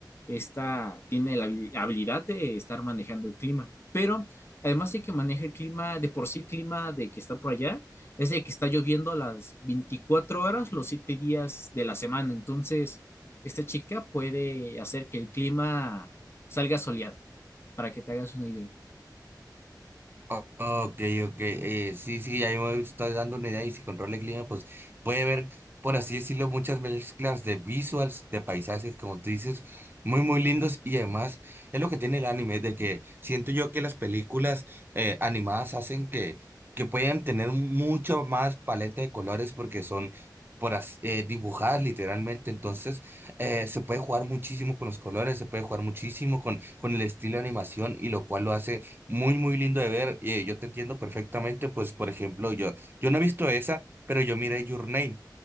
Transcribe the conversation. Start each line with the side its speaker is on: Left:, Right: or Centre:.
Left: esta tiene la habi- habilidad de estar manejando el clima, pero además de que maneja el clima, de por sí clima de que está por allá, es de que está lloviendo las 24 horas, los 7 días de la semana, entonces esta chica puede hacer que el clima salga soleado, para que te hagas una idea.
Right: O- Ok, ok. eh, sí, sí, ahí me estoy dando una idea y si controla el clima, pues puede ver, por así decirlo, muchas mezclas de visuals, de paisajes, como tú dices, muy, muy lindos y además es lo que tiene el anime, de que siento yo que las películas eh, animadas hacen que, que puedan tener mucho más paleta de colores porque son por as- eh, dibujadas literalmente, entonces eh, se puede jugar muchísimo con los colores, se puede jugar muchísimo con, con el estilo de animación y lo cual lo hace muy, muy lindo de ver. eh, yo te entiendo perfectamente. Pues, por ejemplo, yo, yo no he visto esa, pero yo miré Your Name.